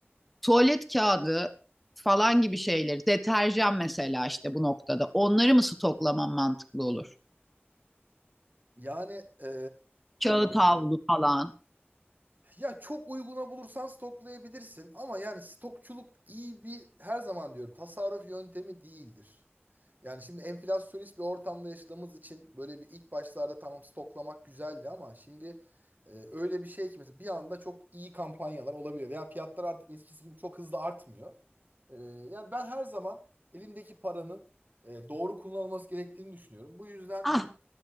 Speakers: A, in the centre; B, on the right (about 45°).
A: tuvalet kağıdı falan gibi şeyleri deterjan mesela işte bu noktada onları mı stoklamam mantıklı olur?
B: Yani e,
A: Kağıt havlu falan.
B: Ya çok uyguna bulursan stoklayabilirsin ama yani stokçuluk iyi bir her zaman diyorum tasarruf yöntemi değildir. Yani şimdi enflasyonist bir ortamda yaşadığımız için böyle bir ilk başlarda tamam stoklamak güzeldi ama şimdi e, öyle bir şey ki mesela bir anda çok iyi kampanyalar olabiliyor. veya fiyatlar artık eskisi gibi çok hızlı artmıyor. E, yani ben her zaman elindeki paranın e, doğru kullanılması gerektiğini düşünüyorum. Bu yüzden
A: Ah,